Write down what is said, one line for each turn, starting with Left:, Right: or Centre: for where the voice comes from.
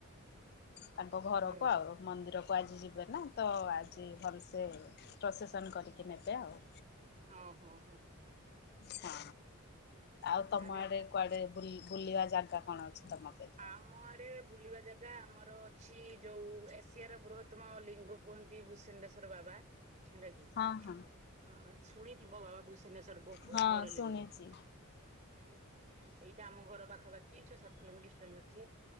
Left: ତାଙ୍କ ଘରକୁ
Right: ହୁଁ
Left: ଆଉ ମନ୍ଦିରକୁ ଆଜି ଯିବେ ନା ତ ଆଜି ଭଲସେ ପ୍ରସେସନ କରିକି ନେବେ ଆଉ।
Right: ହଁ ହୋଉ ହୋଉ।
Left: ହ ଆଉ ତମ
Right: ତାହେଲେ
Left: ଆଡେ କୁଆଡେ ବୁଲ-ବୁଲିବା ଜାଗା କଣ ଅଛି ତମ ସେଠି?
Right: ଆମ ଆଡେ ବୁଲିବା ଜା ଗା ଆମର ଅଛି ଯୋଉ ଏସିଆର ବୃହତ୍ତମ ଲିଙ୍ଗ କୁହନ୍ତି ଭୂସେଣ୍ଡେଶ୍ଵର ବାବା। ହେଲାକି କିି
Left: ହଁ ହଁ।
Right: ହଁ ଶୁଣିଥିବ ବାବା ଭୂସ୍ ସେଣ୍ଡେଶ୍ଵର ବୋହୁତ
Left: ହଁ
Right: ବଡ
Left: ଶୁଣିଛି
Right: ଲିଙ୍ଗ। ହୁଁ ଏଇଟା ଆମ ଘର ପାଖାପାଖି ଛଅ ସାତ କିଲୋମି ଡିସ୍ ତରେ ଅଛି